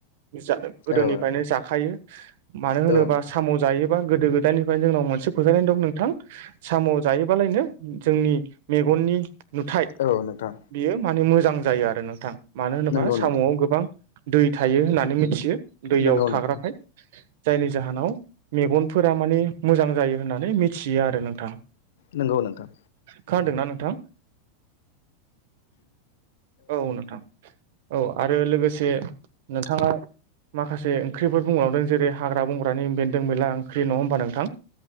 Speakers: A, on the right (about 55°); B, on the left (about 80°).
A: जा गोदोनिफ्रायनो
B: औ नोंथां
A: जाखायो मानो होनोबा
B: औ नोंथां
A: साम' जायो बा गोदो गोदयनिफ्रायनो जोंनाव मोनसे फोथायनाय दं नोंथां साम' जायोबालाय नो जोंनि मेगन मेगननि नुथाय
B: औ नोंथां
A: बियो माने मोजां जायो आरो नोंथां मानो होनोबा
B: नंगौ
A: साम'वाव
B: नोंथां
A: गोबां दै थायो होननानै मिथियो दैयाव
B: नंगौ
A: थाग्राखाय
B: नोंथां
A: जायनि जाहोनाव मेगनफोरा माने मोजां जायो होननानै मिथियो आरो नोंथां
B: नंगौ नोंथां
A: खोनादोंना नोंथां औ नोंथां औ आरो लोगोसे नोंथाङा माखासे ओंख्रिफोर बुंलांदों जेरै हाग्रा बंग्रानि बेन्दों बेनला ओंख्रि नङा होमबा नोंथां